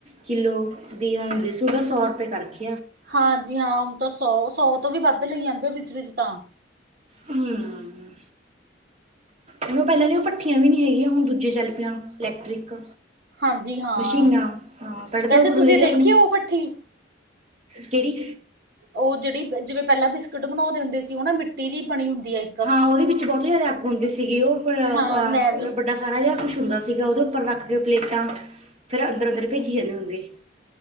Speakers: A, on the right; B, on the right.
A: ਕਿੱਲੋ ਦੀ ਹੁੰਦੀ ਸੀ ਓਦਾ ਸੌ ਰੁਪਏ ਕਰਗੇ।
B: ਹਾਂਜੀ ਹਾਂ ਹੁਣ ਤਾਂ ਸੌ ਸੌ ਤੋਂ ਵੀ ਵੱਧ ਲਈ ਜਾਂਦੇ ਆ ਵਿੱਚ ਵਿਚ ਤਾਂ।
A: ਹੂੰ ਹੂੰ। ਹੁਣ ਓ ਪੈਲਾਂ ਦੀ ਓ ਭੱਠੀਆਂ ਵੀ ਨ‌ਈ ਰ‌ਈਆਂ ਹੁਣ ਦੂਜੇ ਚੱਲ ਪ‌ਈਆ ਇਲੈਕਟ੍ਰਿਕ।
B: ਹਾਂਜੀ ਹਾਂ
A: ਮਸ਼ੀਨਾਂ ਹਾਂ ਪੈਡ
B: ਵੈਸੇ
A: ਤਾਂ
B: ਤੁਸੀਂ
A: ਲ ਲੇਗੇ
B: ਦੇਖੀ
A: ਆਪਣੇ।
B: ਉਹ ਭੱਠੀ
A: ਕੇੜੀ
B: ਓ ਜੇੜੀ ਜਿਵੇਂ ਪਹਿਲਾਂ ਬਿਸਕੁਟ ਬਣਾਉਦੇ ਹੁੰਦੇ ਸੀ, ਓ ਨਾ ਮਿੱਟੀ ਦੀ ਬਣੀ ਹੁੰਦੀ ਐ।
A: ਹਾਂ ਓਦੇ ਵਿੱਚ ਬੋਤ ਜਾਦਾ ਅੱਗ ਹੁੰਦੇ ਸੀਗੀ ਓ ਫੇਰ
B: ਹਾਂ ਮੈਂ ਵੀ
A: ਓ ਡਾ ਸਾਰਾ ਜਿਆ ਕੁਛ ਹੁੰਦਾ ਸੀਗਾ ਓਦੇ ਉੱਪਰ ਰੱਖ ਕੇ ਪਲੇਟਾਂ ਫੇਰ ਅੰਦਰ ਅੰਦਰ ਭੇਜੀ ਜਾਂਦੇ ਹੁੰਦੇ।